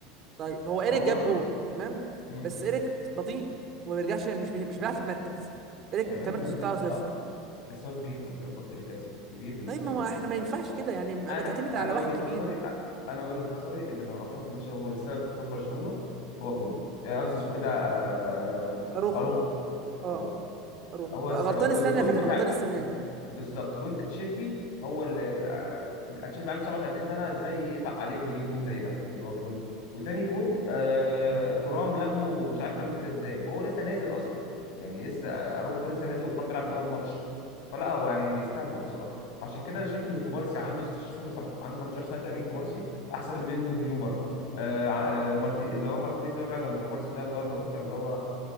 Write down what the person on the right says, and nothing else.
طيب هو ايريك
جاب جون تمام
بس ايريك بطيء وما بيرجعش مش مش بيعرف يتمركز ايريك
التمركز
بتاعه صفر
طيب ما
هو احنا ما ينفعش كده يعني ما
ما تعتمد على
واحد
كبير
و-
اروخو
اه
اروخو
غلطان
السنه اللي فاتت
وغلطان السنه دي